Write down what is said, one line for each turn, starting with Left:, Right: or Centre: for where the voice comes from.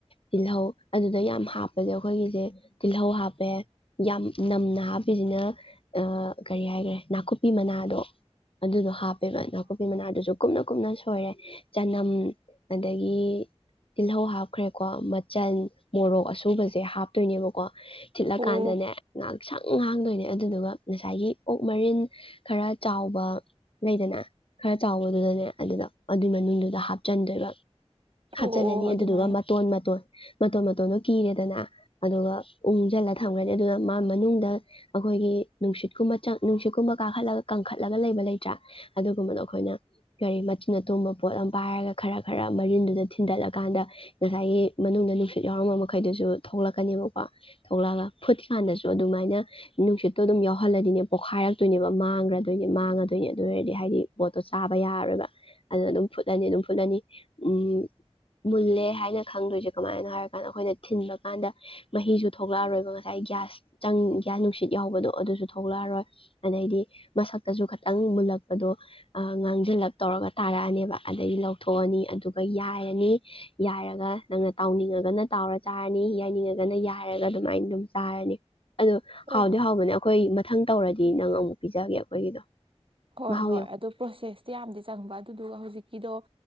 Left: ꯇꯤꯜꯍꯧ ꯑꯗꯨꯗ ꯌꯥꯝ ꯍꯥꯞꯄꯁꯦ ꯑꯩꯈꯣꯏꯒꯤꯁꯦ ꯇꯤꯜꯍꯧ ꯍꯥꯞꯄꯦ ꯌꯥꯝ ꯅꯝꯅ ꯍꯥꯞꯄꯤꯁꯤꯅ ꯑ ꯀꯔꯤ ꯍꯥꯏꯈꯔꯦ ꯅꯥꯀꯨꯞꯄꯤ ꯃꯅꯥꯗꯣ ꯑꯗꯨꯗꯣ ꯍꯞꯄꯦꯕꯥ ꯅꯥꯛꯀꯨꯄꯤ ꯃꯅꯥꯗꯨꯁꯨ ꯀꯨꯞꯅ ꯀꯨꯞꯅ ꯁꯣꯏꯔꯦ ꯆꯅꯝ ꯑꯗꯒꯤ ꯇꯤꯜꯂꯧ ꯍꯥꯞꯈ꯭ꯔꯦꯀꯣ ꯃꯆꯜ ꯃꯣꯔꯣꯛ ꯑꯁꯨꯕꯁꯦ ꯍꯥꯞꯇꯣꯏꯅꯦꯕꯀꯣ ꯊꯤꯠꯂꯥꯀꯥꯟꯗꯅꯦ
Right: ꯑꯣ
Left: ꯁꯪ ꯍꯥꯡꯗꯣꯏꯅꯦ ꯑꯗꯨꯗꯨꯒ ꯉꯁꯥꯏꯒꯤ ꯑꯣꯛ ꯃꯔꯤꯟ ꯈꯔ ꯆꯥꯎꯕ ꯂꯩꯗꯅ ꯈꯔ ꯆꯥꯎꯕ ꯑꯗꯨꯗꯅꯦ ꯑꯗꯨꯗ ꯑꯗꯨꯏ ꯃꯅꯨꯡꯗꯨꯗ ꯍꯥꯞꯆꯤꯟꯗꯣꯏꯕ
Right: ꯑꯣ
Left: ꯍꯥꯞꯆꯤꯜꯂꯅꯤ
Right: ꯑꯣ ꯑꯗꯨꯃꯥꯏꯅ
Left: ꯑꯗꯨꯗꯨꯒ ꯃꯇꯣꯟ ꯃꯇꯣꯟ ꯃꯇꯣꯟ ꯃꯇꯣꯟ ꯅ ꯀꯤꯔꯦꯗꯅ ꯑꯗꯨꯒ ꯎꯪꯁꯤꯜꯂ ꯊꯝꯈ꯭ꯔꯅꯤ ꯑꯗꯨꯅ ꯃꯥ ꯃꯅꯨꯡꯗ ꯑꯩꯈꯣꯏꯒꯤ ꯅꯨꯡꯁꯤꯠꯀꯨꯝꯕ ꯆ ꯅꯨꯡꯁꯤꯠꯀꯨꯝꯕ ꯀꯥꯈꯠꯂꯒ ꯀꯪꯈꯠꯂꯒ ꯂꯩꯕ ꯂꯩꯇ꯭ꯔꯥ ꯑꯗꯨꯒꯨꯝꯕꯗꯣ ꯑꯩꯈꯣꯏꯅ ꯀꯔꯤ ꯃꯆꯤꯟ ꯑꯇꯣꯡꯕ ꯄꯣꯠ ꯑꯃ ꯄꯥꯏꯔꯒ ꯈꯔ ꯈꯔ ꯃꯔꯤꯟꯗꯨꯗ ꯊꯤꯟꯗꯠꯂꯀꯥꯟꯗ ꯉꯁꯥꯏꯒꯤ ꯃꯅꯨꯡꯗ ꯅꯨꯡꯁꯤꯠ ꯌꯥꯎꯔꯝꯕ ꯃꯈꯩꯗꯨꯁꯨ ꯊꯣꯛꯂꯛꯀꯅꯦꯕꯀꯣ ꯊꯣꯛꯂꯛꯑꯒ ꯐꯨꯠꯀꯥꯟꯗꯁꯨ ꯑꯗꯨꯃꯥꯏꯅ ꯅꯨꯡꯁꯤꯠꯇꯣ ꯑꯗꯨꯝ ꯌꯥꯎꯍꯜꯂꯗꯤꯅꯦ ꯄꯣꯛꯈꯥꯏꯔꯛꯇꯣꯏꯅꯦꯕ ꯃꯥꯡꯈ꯭ꯔꯗꯣꯏꯅꯦ ꯃꯥꯡꯉꯗꯣꯏꯅꯦ ꯑꯗꯨ ꯑꯣꯏꯔꯗꯤ ꯍꯥꯏꯗꯤ ꯄꯣꯠꯇꯣꯥꯕ ꯌꯥꯔꯣꯏꯕ ꯑꯗꯨ ꯑꯗꯨꯝ ꯐꯨꯠꯂꯅꯤ ꯑꯗꯨꯝ ꯐꯨꯠꯂꯅꯤ ꯎꯝ ꯃꯨꯜꯂꯦ ꯍꯥꯏꯅ ꯈꯪꯗꯣꯏꯁꯦ ꯀꯃꯥꯏꯅꯣ ꯍꯥꯏꯔꯀꯥꯟꯗ ꯑꯩꯈꯣꯏꯅ ꯊꯤꯟꯕ ꯀꯥꯟꯗ ꯃꯍꯤꯁꯨ ꯊꯣꯛꯂꯛꯑꯔꯣꯏꯕ ꯉꯁꯥꯏ ꯒ꯭ꯌꯥꯁ ꯆ ꯒ꯭ꯌꯥꯁ ꯅꯨꯡꯁꯤꯠ ꯌꯥꯎꯕꯗꯣ ꯑꯗꯨꯁꯨ ꯊꯣꯛꯂꯛꯑꯔꯣꯏ ꯑꯗꯩꯗꯤ ꯃꯁꯛꯇꯁꯨ ꯈꯤꯇꯪ ꯃꯨꯜꯂꯛꯄꯗꯣ ꯍꯜꯂꯞ ꯇꯧꯔꯒ ꯇꯥꯔꯛꯑꯅꯦꯕ ꯑꯗꯗꯒꯤ ꯂꯧꯊꯣꯛꯑꯅꯤ ꯑꯗꯨꯒ ꯌꯥꯏꯔꯅꯤ ꯌꯥꯏꯔꯒ ꯅꯪꯅ ꯇꯥꯎꯅꯤꯡꯉꯒꯅ ꯇꯥꯎꯔ ꯆꯥꯔꯅꯤ ꯌꯥꯏꯅꯤꯡꯉꯒꯅ ꯌꯥꯏꯔꯒ ꯑꯗꯨꯃꯥꯏꯅ ꯑꯗꯨꯝ ꯆꯥꯔꯅꯤ ꯑꯗꯣ
Right: ꯑꯣ
Left: ꯍꯥꯎꯗꯤ
Right: ꯍꯣ
Left: ꯍꯥꯎꯕꯅꯦ ꯑꯩꯈꯣꯏ ꯃꯊꯪ ꯇꯧꯔꯗꯤ ꯅꯪ ꯑꯃꯨꯛ ꯄꯤꯖꯒꯦ ꯑꯩꯈꯣꯏꯒꯤꯗꯣ
Right: ꯍꯣꯏ
Left: ꯃꯍꯥꯎ
Right: ꯍꯣꯏ
Left: ꯌꯦꯡꯉꯨ
Right: ꯑꯗꯨꯣ ꯄ꯭ꯔꯣꯁꯦꯁꯇꯤ ꯌꯥꯝꯗꯤ ꯆꯪꯕ ꯑꯗꯨꯗꯨꯒ ꯍꯧꯖꯤꯛꯀꯤꯗꯣ